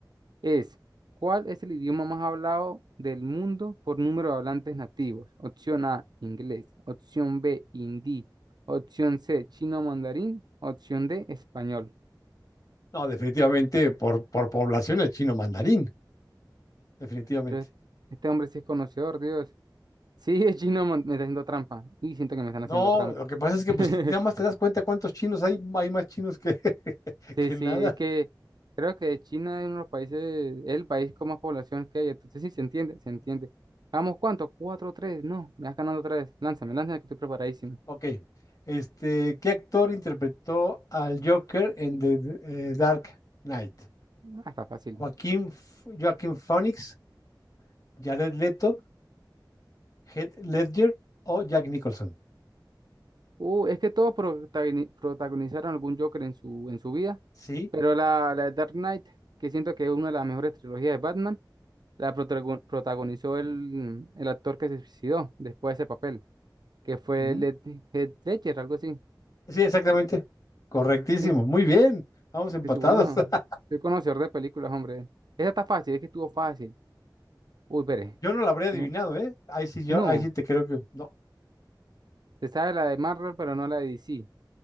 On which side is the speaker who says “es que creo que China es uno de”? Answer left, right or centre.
Right